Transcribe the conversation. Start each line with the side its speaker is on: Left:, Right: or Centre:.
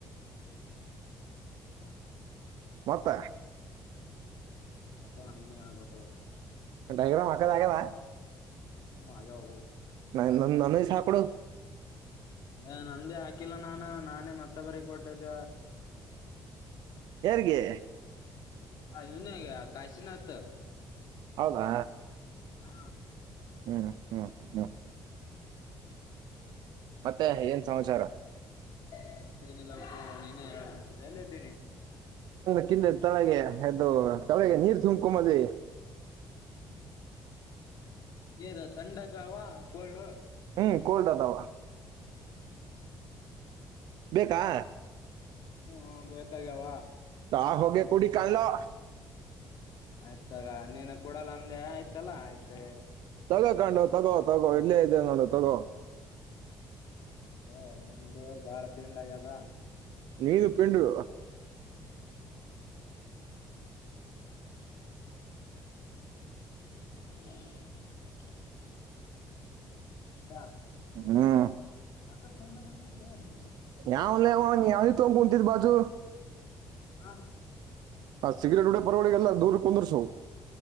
Left: ಹ್ಮ್
Right: ಮತ್ತ.
Left: ಇಲ್ಲಪ್ಪ ನೀನೆ ಹೇಳಬೇಕು
Right: ಡೈಗ್ರಾಮ್ ಹಾಕದ ಆಗ್ಯದ
Left: ಹ್ಮ್ ಆಗ್ಯಾವು
Right: ನ ನ ನನ ಸಾ ಆ ಆ ಕೊಡು
Left: ಹ ನಂದೇ ಹಾಕಿಲ್ಲ ನಾನು ನಾನೇ ಮತ್ತೆ ಬರ ಕೊಟ್ಟದ
Right: ಯಾರಿಗೆ
Left: ಹಾ ಇವನಿಗೆ ಕಾಶಿನಥ್
Right: ಹೌದಾ
Left: ಹಾ
Right: ಹ್ಮಹ್ಮ್ ಹ್ಮ್
Left: ಹ್ಮ್
Right: ಮತ್ತೆ ಏನ್ ಸಮಾಚಾರ
Left: ಮತ್ತೆೇನಿಲ್ಲಪ್ಪ ನೀನು ಎಲ್ಲ <unintelligible> ನೀ
Right: ಕಿಲ್ಲ ತಳಗೆ ಎದ್ದು ತಲೆಗೆ ನೀರ್ ತುಂಬಕೊಂಬಲ್ಲಿ
Left: ಹ್ಮ ಹ್ಮ್ ನೀರ ತಥಂಡಗ ಅವ ಕೋಲ್ಡ್
Right: ಹ್ಮ್ ಕೋಲ್ಡ್ ಅದವಾ
Left: ಹ್ಮ್
Right: ಬೇಕಾ
Left: ಹ್ಮ್ ಬೇಕಾಗ್ಯಾವ
Right: ತಾ ಹೋಗ ಕುೂಡಿ ಕಲ್ಲು
Left: ಆಯ್ತಾಗ ನೀನ ಕೂಡಲ್ಲ ಅಂದೆ ಆಯ್ತಲ್ಲ ಆಯ್ತು ಇರು
Right: ತಗೋಕಂಡ ತಗೋ ತಗೋ ಇಲ್ಲೇ ಇದೆ ನೋಡು ತಗೋ
Left: ಹ್ಮೂನಿಮ್ದ ಬಾಳ ಪಿಂಡ್ ಆಗ್ಯದ
Right: ನೀನು ಪಿಂಡೃ
Left: <unintelligible> ಮತ್ತ
Right: ಹ್ಮ್.
Left: ಯಾಕ ಸೌಂಡ ಬರ್ಲಿಕತ್ತದ?
Right: ಯಾವಲ್ಲವ ಯಾವಿ ತೊಂಡ ಕುಂತಿದ್ ಬಾಜು.
Left: ಹಾ
Right: ಹ ಸಿಗ್ರೇಟ್ ಉಡಡೆ ಬಂದೋರಿಗೆಲ್ಲ ದೂರ್ರು ಕುಂದರ್ಸವು